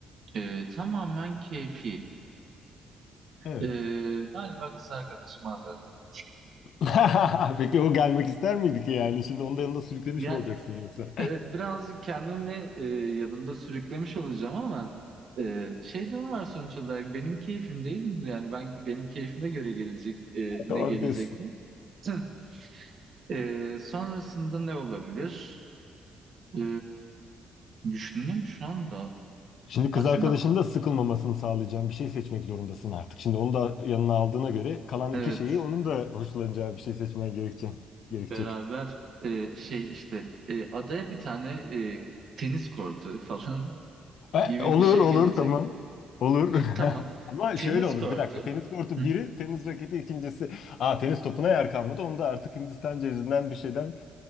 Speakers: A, on the right; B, on the left.
A: E, tamamen keyfi.
B: Evet.
A: E, galiba kız arkadaşımı alırdım.
B: <laughs> Peki o gelmek ister miydi ki yani? Şimdi onun yanında sürüklemiş
A: Ya
B: mi olacaksın yoksa?
A: Evet birazcık kendimi e, yanımda sürüklemiş olacağım ama e, şey durum var sonuç olarak benim keyfim değil mi? Yani ben benim keyfime göre gelecek e,
B: <laughs>
A: ne geleceksin?
B: Doğru diyorsun.
A: <clears throat> <laughs> E, sonrasında ne olabilir? E, düşüneyim şu anda.
B: Şimdi kız
A: Aslında
B: arkadaşının da sıkılmamasını sağlayacağın bir şey seçmek zorundasın artık. Şimdi onu da yanına aldığına göre kalan
A: evet
B: iki şeyi onun
A: <clears throat>
B: da hoşlanacağı bir şey seçmen gerekecek. Gerekecek.
A: beraber e, şey işte e, adaya bir tane e, tenis kortu falan <laughs>
B: E,
A: gibi
B: olur
A: bir şey
B: olur
A: gelecek.
B: tamam. Olur.
A: Tamam.
B: <laughs> Ama
A: Tenis
B: şöyle olur
A: kortu.
B: bir dakika. Tenis kortu
A: Hı.
B: biri, tenis raketi ikincisi. Aa tenis topuna yer kalmadı. Onu da artık Hindistan cevizinden bir şeyden